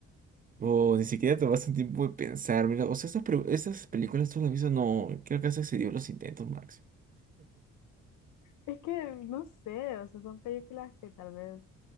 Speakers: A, on the right; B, on the left.
A: O ni siquiera tomaste un tiempo de pensar, mira, o sea, estas, pregu- estas películas tú las has visto, no, creo que has excedido los intentos, Max.
B: Es que no sé, o sea, son películas que tal vez